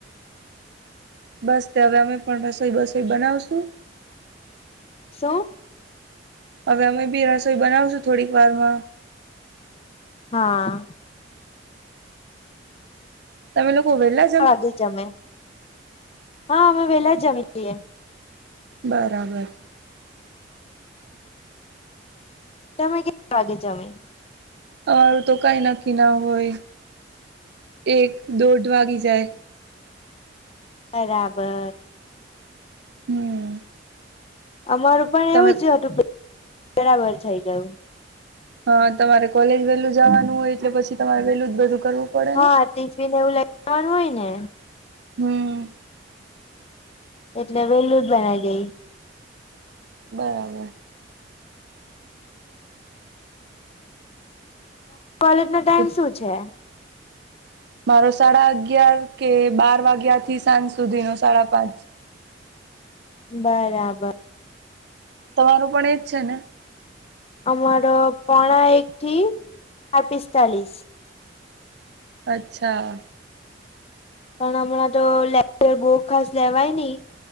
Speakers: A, on the right (about 65°); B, on the left (about 35°).
A: બસ તે હવે અમે પણ રસોઈ બસોઈ બનાવશું.
B: શું?
A: હવે અમે બી રસોઈ બનાવશું થોડીક વાર માં
B: હા
A: તમે લોકો વેલા
B: વાગે જમે હા અમે વેલા જમી લઈએ
A: બરાબર
B: તમે કે વાગે જામે
A: અમારું તો કઈ નક્કી ના હોય એક દોઢ વાગી જાય
B: બરાબર
A: હમ
B: અમારું પણ એવું
A: તમે
B: જ હતું બરાબર થઈ ગયું
A: હા તમારે કોલેજ વેલું જવાનું હોય એટલે પછી તમારે વેલું જ બધું કરવું પડે
B: હા
A: ને
B: ટિફિન એવું લઈ જવાનું હોય ને
A: હમ
B: એટલે વેલું જ બનાવી દઈ
A: બરાબર
B: કોલેજ નો ટાઈમ
A: તો
B: શું છે?
A: મારો સાડા અગયાર કે બાર વાગ્યા થી સાંજ સુધીનો સાડા પાંચ
B: બરાબ
A: તમારો પણ એજ છે ને
B: અમારો પોણા એકથી આ પિસ્તાલીશ
A: અચ્છા
B: પણ હમણાં તો લેક્ચર બો ખાસ લેવાય ની